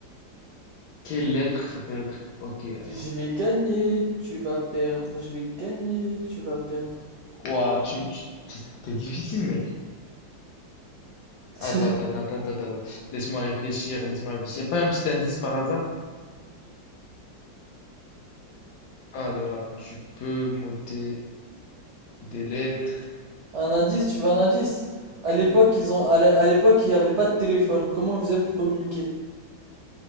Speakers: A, on the left (about 70°); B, on the right (about 70°).
A: Quelle lettre ça peut être? Ok, attends.
B: Je vais gagner, tu vas perdre, je vais gagner, tu vas perdre.
A: Ouah, tu, tu- t'es t'es difficile mec.
B: <laughs>
A: Attends, attends, attends, attends, attends, attends. Laisse-moi réfléchir, laisse-moi réfléchir. Y a Pas un petit indice par hasard? Ah là là, tu peux m'ôter des lettres,
B: Un indice, tu veux un indice? À
A: tout.
B: l'époque, ils ont, à l'é- à l'époque, il n'y avait pas de téléphone. Comment ils faisaient pour communiquer?